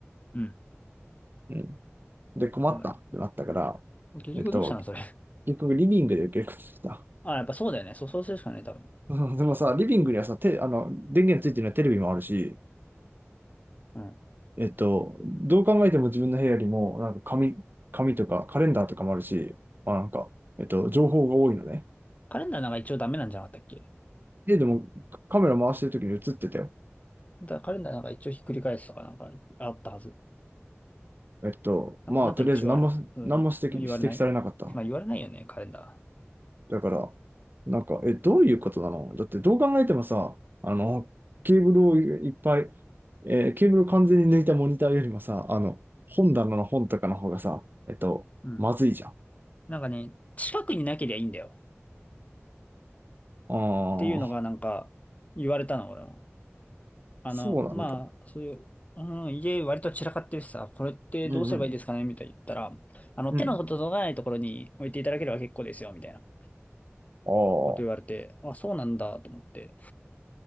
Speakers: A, on the left; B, on the right.
A: うん。
B: うん。で、困ったってなったから、
A: そうだね。結局どうしたの、
B: えっと、
A: それ。
B: 結局リビングで受けることにした。
A: あ、やっぱそうだよね。そう、そうするしかない、多分。
B: <laughs> うんでもさ、リビングにはさ、て、あの、電源ついてるのはテレビもあるし、
A: うん。
B: えっと、どう考えても自分の部屋よりも、なんか紙、紙とかカレンダーとかもあるし、まあなんか、えっと、情報が多いのね。
A: カレンダーなんか一応ダメなんじゃなかったっけ
B: 家でもカメラ回してる時に映ってたよ。
A: だからカレンダーなんか一応ひっくり返すとかなんかあったはず。
B: えっと、
A: なんか、
B: まあ、
A: なんか一応あるはず。
B: とりあえず何も、
A: うん。
B: 何も指摘、
A: まあ、言われないまあ言われないよね、
B: 指摘されなかった。
A: カレンダ
B: だから、なんか、え、どういうことなのだってどう考えてもさ、あの、ケーブルをいいっぱい、えーケーブルを完全に抜いたモニターよりもさ、あの、本棚の本とかの方がさ、えっと、
A: ー。うん。
B: まずいじゃん。
A: なんかね、近くになけりゃいいんだよ。
B: あ
A: っていうのがなんか言われたの、
B: あ、
A: 俺も。あの、
B: そうなんだ。
A: まあ、そういう、うん、家割と散らかってるしさ、これってどうすればいいですかねみたいに言ったら、
B: うんうん。
A: あの、
B: うん。
A: 手の届かないところに置いていただければ結構ですよ、みたいな
B: ああ。
A: こと言われて、あ、そうなんだと思って。